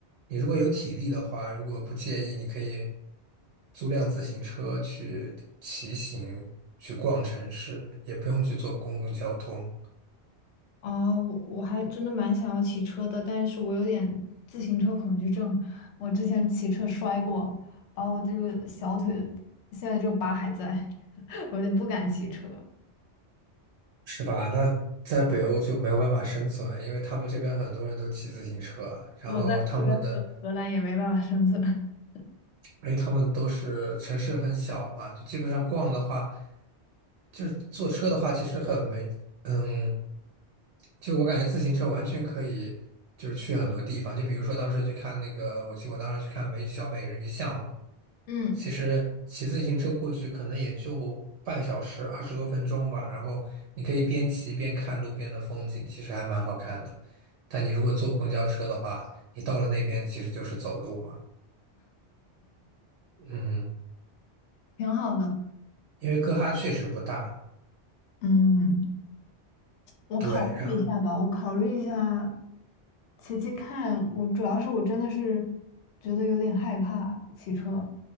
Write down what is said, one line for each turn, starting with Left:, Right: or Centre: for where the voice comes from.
Right: 你如果有体力的话，如果不介意，你可以租辆自行车去骑行，去逛城市，也不用去坐公共交通，
Left: 啊，我我还真的蛮想要骑车的，但是我有点自行车恐惧症。我之前骑车摔过，把我这个小腿现在这个疤还在，<laughs> 我有点不敢骑车。
Right: 是吧？那在北欧就没有办法生存，因为他们这边很多人都骑自行车，然后他们的。
Left: 我在我在荷荷兰也没办法生存。<laughs>
Right: 因为他们都是城市很小吧，就基本上逛的话，就是坐车的话，其实很没，嗯，就我感觉自行车完全可以，就是去很多地方。就比如说当时去看那个，我记我当时去看美小美人鱼像嘛，
Left: 嗯，
Right: 其实骑自行车过去可能也就半小时二十多分钟吧，然后你可以边骑边看路边的风景，其实还蛮好看的。但你如果坐公交车的话，你到了那边其实就是走路嘛，嗯，
Left: 挺好的。
Right: 因为哥哈确实不大。
Left: 嗯。我考虑一下吧，
Right: 对，呀，
Left: 我考虑一下，骑骑看。我主要是我真的是觉得有点害怕骑车，